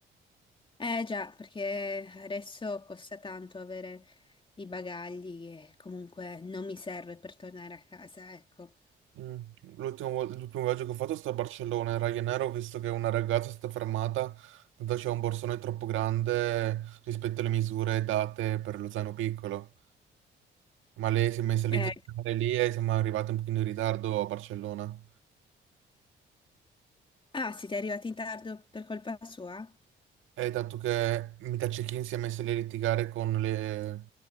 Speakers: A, on the left; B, on the right.
A: Eh già, perché adesso costa tanto avere i bagagli e comunque non mi serve per tornare a casa, ecco.
B: Mm. L'ultimo vo- l'ultimo viaggio che ho fatto è stato a Barcellona, in Ryanair ho visto che una ragazza è stata fermata, tanto c'era un borsone troppo grande rispetto alle misure date per lo zaino piccolo, ma lei si è messa lì
A: Eh,
B: a cercare lì e siamo arrivati un pochino in ritardo a Barcellona.
A: ah, siete arrivati in tardo per colpa sua?
B: E dato che metà check-in si è messa lì a litigare con le,